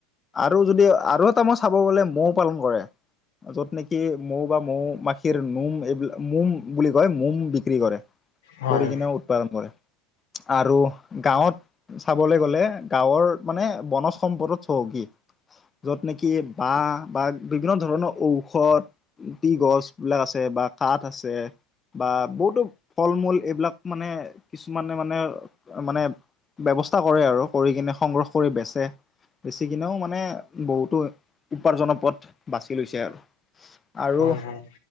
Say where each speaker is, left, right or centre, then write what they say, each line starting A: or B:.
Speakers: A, on the left; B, on the left.
A: আৰু যদি আৰু এটা মই চাব গলে মৌ পালন কৰে য'ত নেকি মৌ বা মৌ মাখিৰ নোম এইবিলাক মোম বুলি কয় মোম বিক্ৰী কৰে
B: হয়
A: কৰি কিনে উৎপাদন কৰে আৰু গাঁৱত চাবলে গ'লে গাঁৱৰ মানে বনজ সম্পদত চহকী। য'ত নেকি বাঁহ বা বিভিন্ন ধৰণৰ ঔষধ দি গছ বিলাক আছে বা কাঠ আছে বা বহুতো ফল-মূল এইবিলাক মানে কিছুমান মানে মানে আৰু মানে ব্যৱস্থা কৰে আৰু কৰি কিনে সংগ্ৰহ কৰি বেচে। বেছি কিনেও মানে বহুতো উপাৰ্জনৰ পথ বাচি লৈছে আৰু। আৰু
B: হয় হয়।